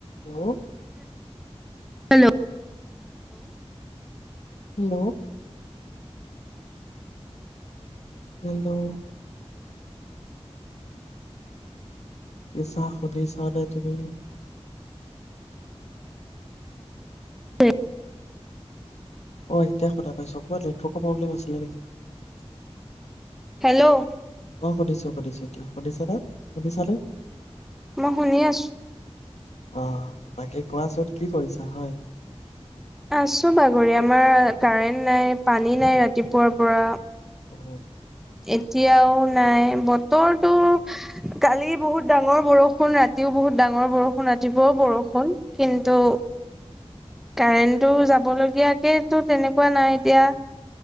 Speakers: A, on the left (about 90°); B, in the centre.
A: হু
B: hello
A: hello hello কি চা শুধিছা নে তুমি
B: উ
A: অ এতিয়া সদ পাইছো অবাত নেটৱৰ্কৰ প্ৰব্লেম আছিলে নেকি
B: হেল্ল'
A: সুধিছো সুধিছো এতিয়া শুনিছা না শুধনিছা নে
B: মই শুনি আছো
A: আহ বাকী কোৱাচোন কি কৰিছা হয়
B: আছো বাগৰি আমাৰ কাৰেণ্ট নাই পানী নাই ৰাতিপুৱাৰ পৰা
A: উ
B: এতিয়াও নাই বতৰটো কালি বহুত ডাঙৰ বৰষুণ ৰাতিও বহুত ডাঙৰ বৰষুণ সুণতিবও বৰষুণ কিন্তু কাৰেণ্টো যাব লগীয়াকে তো তেনেকুৱা নাই এতিয়া